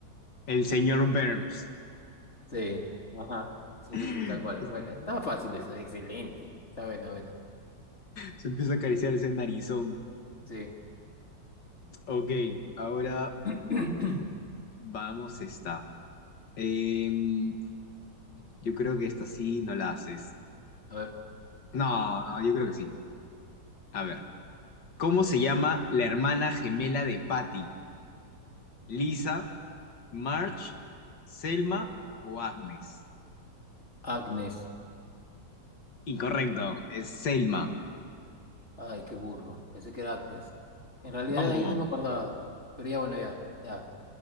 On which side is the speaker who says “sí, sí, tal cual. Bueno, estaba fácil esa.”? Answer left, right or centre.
Left